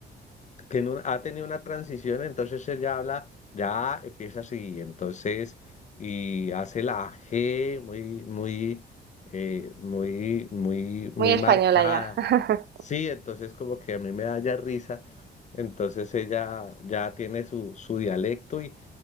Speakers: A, on the left; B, on the right.
A: que en un- ha tenido una transición, entonces ella habla, ya empieza así, entonces, y hace la G muy, muy, eh, muy, muy, muy
B: muy española
A: marcada.
B: ya. <laughs>
A: Sí, entonces como que a mí me da ya risa, entonces ella ya tiene su, su dialecto y,